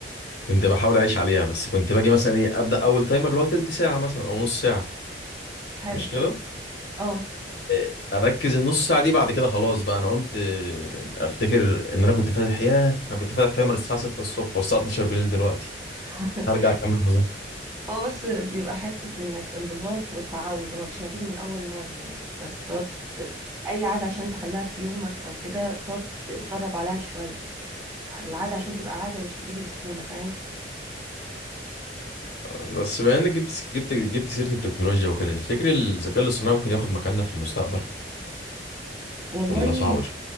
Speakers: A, on the left; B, on the right.
A: كنت بحاول اعيش عليها بس كنت باجي مثلا ايه ابدا اول تايمر اللي هو تلت ساعه مثلا او نص ساعه
B: حلو
A: مش كده
B: اه
A: إيه، اركز النص ساعه دي بعد كده خلاص بقى انا قمت إيه، افتكر ان انا كنت فاتح ياه انا كنت فاتح تايمر الساعه 6 الصبح والساعه 12 بالليل دلوقتي
B: <laughs>
A: هرجع اكمل مذاكره
B: هو بس بيبقى حتة انك انضباط والتعود هو مش هتيجي من اول مرة يعني انت بتقعد اي عادة عشان تخليها في يومك او كده بتقعد تتدرب عليها شوية العادة عشان تبقى عادة مش بتيجي بسهولة فاهم
A: بس بما انك جبت جبت جبت سيره التكنولوجيا وكده تفتكر الذكاء الاصطناعي ممكن ياخد مكاننا في المستقبل
B: والله
A: ولا صعبه شوية؟